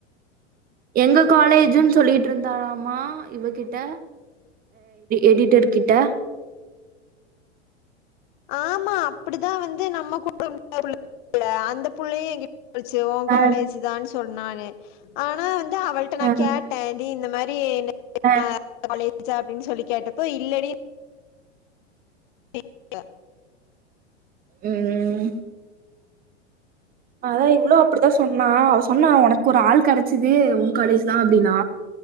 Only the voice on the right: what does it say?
எங்க காலேஜுனு சொலிடு இருதாலாமா இவகிட்ட எடிட்டர் கிட்ட
அ
அ
அ
உம் அதா இவ்ளு அப்டிதா சொன்னா அவ சொன்னா உனக்கு ஒரு ஆள் கெடச்சது உன் காலேஜ் தா அப்டினா